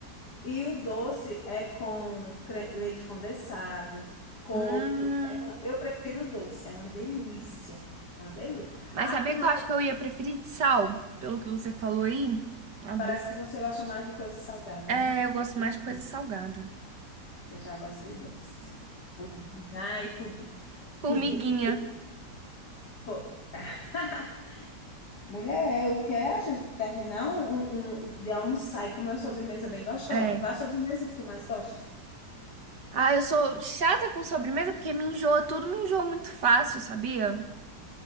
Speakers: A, on the left; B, on the right.
A: E o doce é com cre- leite condensado, coco.
B: Hum,
A: É uma- eu prefiro doce, é uma delícia. Uma delícia.
B: mas
A: Aqui
B: sabia
A: na
B: que eu acho que eu ia preferir de sal, pelo que você falou aí? Adoro.
A: parece que você gosta mais de coisa salgada,
B: É,
A: né?
B: eu gosto
A: Que
B: mais
A: de
B: de coisa
A: doce.
B: salgada.
A: Eu já gosto de doce. Pudim, ai, pudim,
B: Formiguinha.
A: pudim. Pô. <laughs> Mulher, eu quero a gente terminar um, um- um- de almoçar e comer uma sobremesa bem gostosa.
B: É.
A: Qual a sobremesa que tu mais gosta?
B: Ah, eu sou chata com sobremesa porque me enjoa tudo, me enjoa muito fácil, sabia?